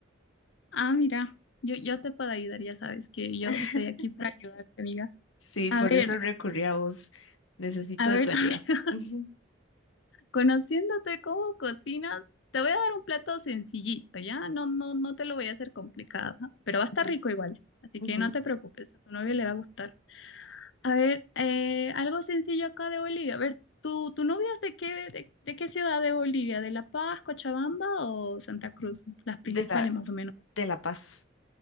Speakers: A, on the left; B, on the left.
A: Ah, mira, yo, yo te puedo ayudar, ya sabes que yo
B: <laughs>
A: estoy aquí para ayudarte, amiga.
B: Sí,
A: A
B: por
A: ver,
B: eso recurrí a vos. Necesito
A: a
B: de
A: ver,
B: tu ayuda.
A: <laughs> a ver,
B: Ujú,
A: conociéndote cómo cocinas, te voy a dar un plato sencillito, ¿ya? No, no, no te lo voy a hacer complicado, ¿ah? pero va a estar
B: ujú,
A: rico igual, así
B: ujú.
A: que no te preocupes, a tu novio le va a gustar. A ver, eh, algo sencillo acá de Bolivia. A ver, ¿tu, tu novia es de qué, de, de qué ciudad de Bolivia? ¿De La Paz, Cochabamba o Santa Cruz? Las principales
B: De la,
A: más o menos.
B: de La Paz.